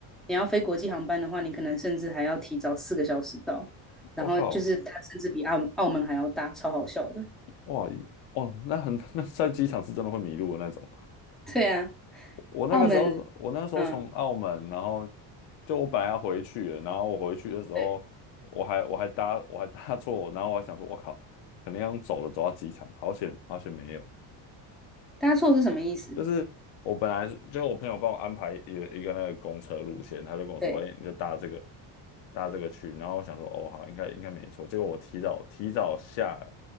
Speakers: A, in the centre; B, on the left.
A: 你要飞国际航班的话，你可能甚至还要提早四个小时到，然后就是它甚至比澳澳门还要大，
B: 我靠，
A: 超好笑的。
B: 哇，哦，那很 <laughs> 那在机场是真的会迷路的那种。
A: 对啊，
B: 我那个时候，
A: 澳门，
B: 我那时候从澳门，
A: 嗯，
B: 然后就我本来要回去了，然后我回去的时候，
A: 对，
B: 我还我还搭我还搭错，然后我还想说，我靠，肯定要走了，走到机场，好险好险没有。
A: 搭错是什么意思？
B: 就是我本来是就我朋友帮我安排一个一个那个公车路线，他就跟我说，
A: 对，
B: 哎、你就搭这个搭这个去，然后我想说，哦好，应该应该没错。结果我提早提早下，